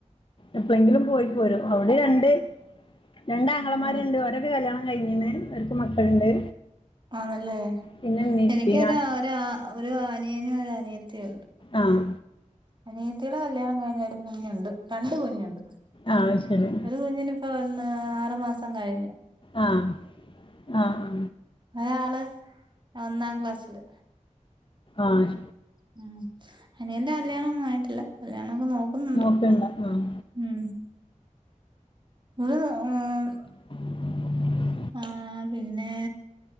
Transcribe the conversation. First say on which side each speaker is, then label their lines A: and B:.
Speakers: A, on the left; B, on the right.
A: എപ്പളെങ്കിലും പോയി പോരും അവിടെ രണ്ട് രണ്ട്
B: ഉം
A: ആങ്ങളമാരുണ്ട് ഓരൊക്കെ കല്യാണം കഴിഞ്ഞ്ണ് ഓര്ക്ക് മക്കളുണ്ട്
B: ആണല്ലേ
A: പിന്നെ ഇമ്മീം
B: എനിക്കൊരു
A: ഇപ്പീം ഞാൻ
B: ഒ ഒരു അനിയനും ഒരു അനിയത്തിയും ഉണ്ട്
A: ആഹ
B: അനിയത്തിടെ കല്യാണം കഴിഞ്ഞൊരു കുഞ്ഞുണ്ട് രണ്ട് കുഞ്ഞുണ്ട്
A: ആഹ് ശരി
B: ഒരു കുഞ്ഞിനിപ്പോ ഒന്ന് ആറുമാസം കഴിഞ്ഞ്
A: ആഹ് ആഹ് ആ
B: ഒരാള് ഒന്നാക്ലാസ്സില്
A: ആഹ്
B: ഉം അനിയൻ്റെ കല്യാണൊന്നും ആയിട്ടില്ല കല്യാണോക്കെ നോക്കുന്നുണ്ട്
A: നോക്കണ്ട ആഹ്
B: ഉം ഇത് ആഹ്
A: <unintelligible>
B: ആഹ് പിന്നെ